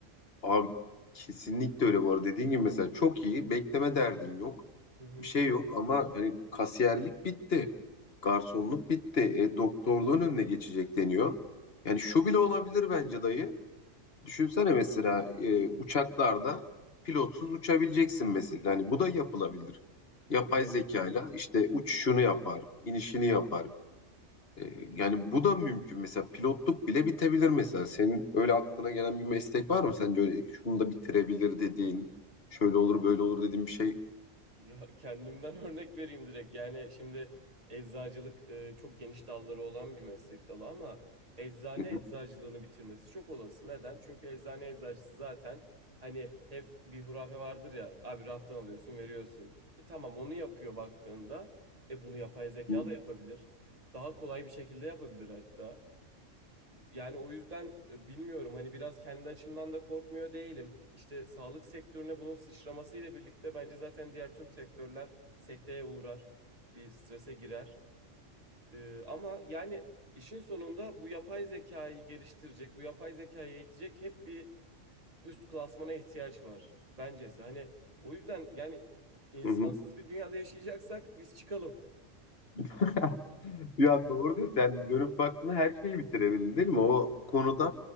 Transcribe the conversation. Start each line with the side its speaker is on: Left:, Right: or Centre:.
Left: Abi kesinlikle öyle bu arada. Dediğin gibi mesela çok iyi. Bekleme derdin yok.
Right: Hı hı.
Left: Bir şey yok ama hani kasiyerlik bitti. Garsonluk bitti. E, doktorluğun önüne geçecek deniyor. Yani şu bile olabilir bence dayı. Düşünsene mesela e, uçaklarda pilotsuz uçabileceksin mesela. Hani bu da yapılabilir.
Right: Kanka.
Left: Yapay zekayla
Right: evet.
Left: işte uçuşunu yapar, inişini yapar. E, yani bu da mümkün. Mesela pilotluk bile bitebilir mesela. Senin öyle aklına gelen bir meslek var mı? Sence öyle şunu da bitirebilir dediğin, şöyle olur böyle olur dediğin bir şey.
Right: Ya kendimden <laughs> örnek vereyim direkt. Yani şimdi eczacılık e, çok geniş dalları olan bir meslek dalı ama eczane
Left: Hı hı,
Right: eczacılığını bitirmesi çok olası. Neden? Çünkü eczane eczacısı zaten hani hep bir hurafe vardır ya. Abi raftan alıyorsun, veriyorsun. E, tamam onu yapıyor baktığında. E bunu yapay zeka
Left: hı
Right: da yapabilir. Daha kolay bir şekilde yapabilir hatta. Yani o yüzden e, bilmiyorum hani biraz kendi açımdan da korkmuyor değilim. İşte sağlık sektörüne bunun sıçramasıyla birlikte bence zaten diğer tüm sektörler sekteye uğrar, bir strese girer. E, ama yani işin sonunda bu yapay zekayı geliştirecek, bu yapay zekayı eğitecek hep bir üst klasmana ihtiyaç var bencesi. Hani o yüzden yani insansız
Left: hı, hı.
Right: bir dünyada yaşayacaksak biz çıkalım. <laughs>
Left: <laughs> Ya doğru diyorsun. Sen dönüp baktığında her şeyi bitirebildin değil mi? O konuda